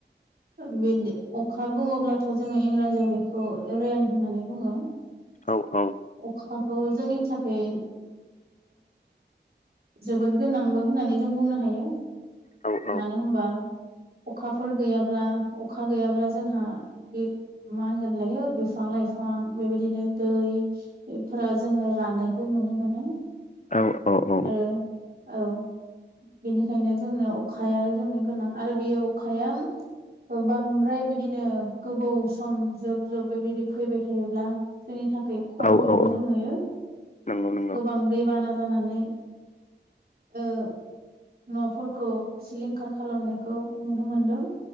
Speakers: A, on the right; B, on the left.
A: ओ बिदि अखा बुङोब्लाथ' जोङो इंराजियाव बेखौ रेन होननानै बुङो,
B: औ औ
A: अखाखौ जोंनि थाखाय जोबोद गोनांबो होननानै जों बुंनो हायो
B: औ औ
A: मानो होनबा अखाफोर गैयाब्ला अखा गैयाब्ला जोंहा बे मा होनगोन लायो बिफां लाय बिफां लाइफां बेबायदिनो दै दैफोरा जोङो राननायखौ नुनो मोनो
B: औ औ औ
A: आरो औ बेनिखायनो जोंनो अखाया जोंनो गोनां आरो बेयो अखाया बांद्राय बिदिनो गोबाव सम जोब जोब बेबायदि फैबाय थायोब्ला जोंनि थाखाय बे खहाखौबो
B: औ औ औ
A: जों नुयो
B: नंगौ नंगौ
A: गोबां दैबाना जानानै <inaudible> न'फोरखौ सिलिंखार खालामनायखौ नुनो मोनदों